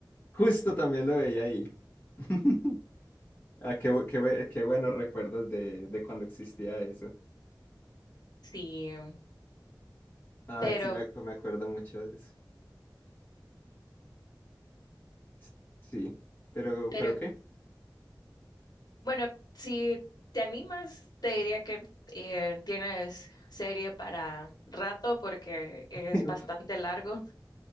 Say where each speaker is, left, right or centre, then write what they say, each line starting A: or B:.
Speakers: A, on the left (about 20°); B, on the left (about 55°).
A: Justo también lo veía ahí. <laughs> Ah, qué, bu- qué, bu- qué buenos recuerdos de, de cuando existía eso.
B: Sí,
A: Ah,
B: pero,
A: sí, me, ac- me acuerdo mucho de eso. S- Sí, pero,
B: pero
A: ¿pero qué?
B: bueno, si te animas, te diría que eh, tienes serie para rato porque es
A: <laughs>
B: bastante largo.